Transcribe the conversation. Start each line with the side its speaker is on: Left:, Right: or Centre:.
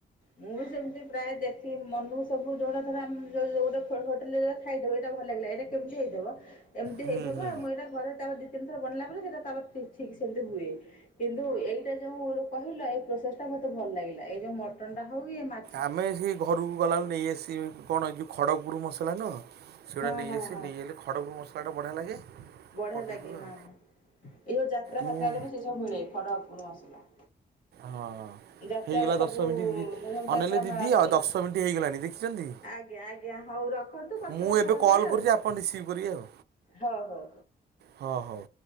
Left: ମୁଁ ବି ସେମିତି ପ୍ରାୟ ଦେଖି ମନକୁ ସବୁ ଯୋଟା ଧର ଆମକୁ ଯୋଉ <unintelligible> ଖାଇଦଉ ଏଇଟା ଭଲ ଲାଗିଲା। ଏଇଟା କେମତି ହେଇଥିବ ଏମତି
Right: ହୁଁ
Left: ହେଇଥିବ
Right: ହୁଁ
Left: ଆ ମୁଁ ଏଇଟ ଘରେ ତାପ ଦି ତିନି ଥର ବନେ଼ଇଲା ପରେ ସେଟା ତାପ ଠିକ୍ ସେମିତି ହୁଏ। କିନ୍ତୁ ଏଇଟା ଯୋଉ କହିଲ ଏଇ ପ୍ରୋସେସ ଟା ମତେ ଭଲ ଲାଗିଲା, ଏଇ ଯୋଉ ମଟନ ଟା ହଉ କି ମା
Right: ଆମେ ସେ ଘରକୁ ଗଲାବେଳୁ ନେଇଆସି କଣ ଯେଉଁ ଖଡ଼ଗପୁର ମସଲା ନୁହଁ। ସେଗୁଡା
Left: ହଁ
Right: ନେଇ
Left: ହଁ
Right: ଆସୁ
Left: ହଁ
Right: ନେଇ ଆଇଲେ ଖଡ଼ଗପୂର୍ ମସଲା ଟା ବଢିଆ ଲାଗେ।
Left: ବଢିଆ
Right: ପକେଇଦେବୁ
Left: ଲାଗେ
Right: ଆଉ
Left: ହଁ ହଁ ଏଇ ଯୋଉ ଯାତ୍ରା
Right: ମୁଁ
Left: ଫାତ୍ରାରେ ବି ସେ ସବୁ ମିଳେ ଖଡକପୁର୍ ମସଲା।
Right: ହଁ
Left: ଯାତ୍ରାରେ
Right: ହେଇଗଲା
Left: ସବୁ
Right: ଦଶ ମିନିଟ୍ ଦିି
Left: ଯୋଉ ସବୁ
Right: ଅନେଇଲେ
Left: ଯାତ୍ରା
Right: ଦିଦି
Left: ମେଳା ପଡ଼େ
Right: ଆଉ ଦଶ ମିନିଟ୍ ହେଇଗଲାଣି ଦେଖିଛନ୍ତି।
Left: ଆଜ୍ଞା ଆଜ୍ଞା ହଉ ରଖନ୍ତୁ ପଛରେ
Right: ମୁଁ
Left: କଥା
Right: ଏବେ
Left: ହେବା
Right: କଲ୍
Left: ଫେରେ ଆଉ।
Right: କରୁଛି ଆପଣ ରିସିଭ କରିବେ ଆଉ।
Left: ହଉ ହଉ।
Right: ହଁ ହଉ।